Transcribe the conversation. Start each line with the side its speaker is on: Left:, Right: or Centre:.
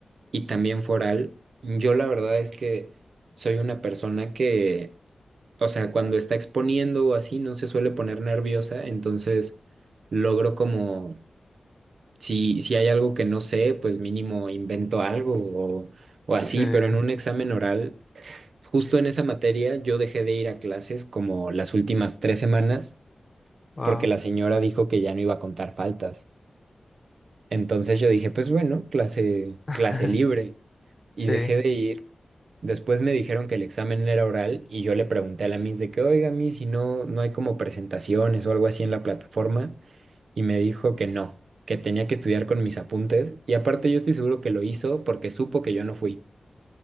Right: y también foral. Yo la verdad es que soy una persona que o sea, cuando está exponiendo o así, no se suele poner nerviosa, entonces logro como, si, si hay algo que no sé, pues mínimo invento algo o, o así,
Left: sí,
Right: pero en un examen oral, justo en esa materia, yo dejé de ir a clases como las últimas tres semanas
Left: wow.
Right: porque la señora dijo que ya no iba a contar faltas. Entonces yo dije, pues bueno, clase,
Left: <laughs>
Right: clase libre. Y
Left: Sí,
Right: dejé de ir. Después me dijeron que el examen era oral y yo le pregunté a la Miss de que, oiga, Miss, si no, no hay como presentaciones o algo así en la plataforma. Y me dijo que no, que tenía que estudiar con mis apuntes. Y aparte yo estoy seguro que lo hizo porque supo que yo no fui.